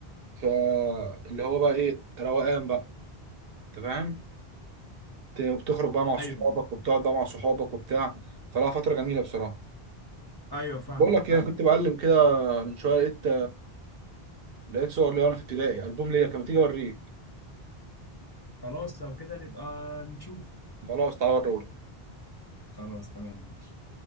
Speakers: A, on the right; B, on the left.
A: فاللي هو بقى ايه روقان بقى انت فاهم ت- بتخرج بقى مع صحابك
B: ايوه
A: وبتقعد بقى مع صحابك وبتاع فلا فتره جميله بصراحه
B: ايوه فاهمك
A: بقول لك
B: فاهمك
A: ايه انا كنت بقلب كده من شويه لقيت لقيت صور ليا وانا في ابتدائي البوم ليا كان ما تيجي اوريك
B: خلاص لو كده نبقى نشوف
A: خلاص تعالى اوريهولك
B: خلاص تمام ماشي